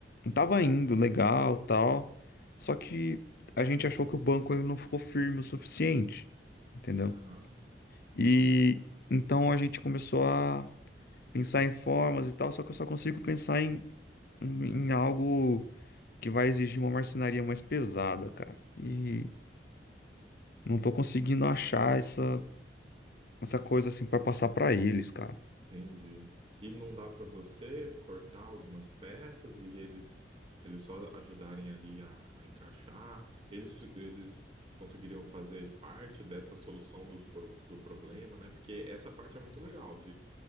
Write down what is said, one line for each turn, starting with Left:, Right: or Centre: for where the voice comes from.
Left: tava indo legal, tal. Só que a gente achou que o banco ele não ficou firme o suficiente, entendeu?
Right: Aham,
Left: E então a gente começou a pensar em formas e tal, só que eu só consigo pensar em, em, em algo que vai exigir uma marcenaria mais pesada, cara. E não tô conseguindo achar essa, essa coisa assim pra passar pra eles, cara.
Right: entendi. E não dá para você cortar algumas peças e eles, eles só ajudarem ali a, a encaixar? Eles, eles conseguiriam fazer parte dessa solução do do problema, né? Porque essa parte é muito legal,